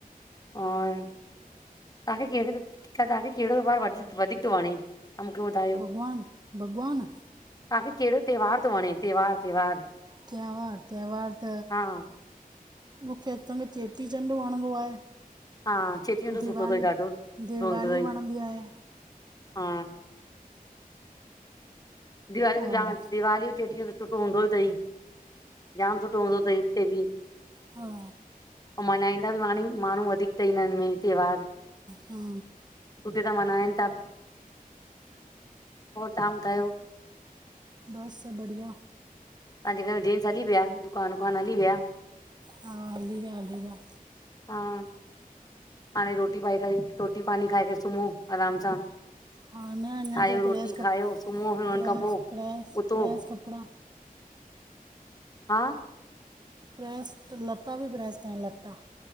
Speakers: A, on the left; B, on the right.
A: और तव्हांखे कहिड़े तव्हांखे कहिड़ो त्योहार व वधीक थो वणे त मूंखे ॿुधायो।
B: भॻवान भॻवान
A: तव्हांखे कहिड़ो त्योहार थो वणे त्योहार त्योहार?
B: त्योहार त्योहार त
A: हा
B: मूंखे हथां खे चेटीचंड वणंदो आहे।
A: हा चेटीचंड
B: दीवाली
A: सुठो अथई ॾाढो सुठो
B: दीवाली
A: हूंदो अथई
B: वणंदी आहे।
A: हा दिवाली त
B: और
A: जाम दिवाली चेटींहं त सुठो हूंदो ई अथई जाम सुठो हूंदो अथई हिते बि।
B: हा।
A: ऐं मल्हाईंदा बि माणी माण्हू वधीक ईदांइ हिनन में त्योहार।
B: हा
A: सुठे सांह मल्हाइनि था, र तव्हां ॿुधायो?
B: बस बढ़िया।
A: तव्हजे घर मेंेंजेंटस हली विया दुकान वुकान हली विया?
B: हा हली विया हली विया।
A: हा। हाणे रोटी पाई करे रोटी पाणी खाए करे सुम्हो आराम सां।
B: हा न अञा
A: ठाहियो
B: त
A: रोटी
B: प्रेस
A: खायो
B: कप
A: सुम्हो फि हुन
B: प्रेस
A: खां पोइ
B: प्रेस
A: उथो।
B: प्रेस कपिड़ा
A: हा।
B: प्रेस लटा बि प्रेस कयां लटा।